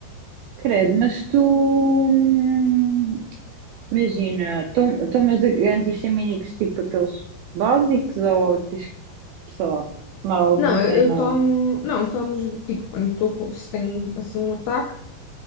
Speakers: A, on the right; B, on the left.
A: Credo, mas tu. hum, Imagina, tom- tomas antistamínicos tipo aqueles básicos ou tens que, sei lá, tomar alguma
B: Não,
A: cena?
B: eu, eu tomo, não, tomo, tipo, quando estou, com- se tenho assim um ataque,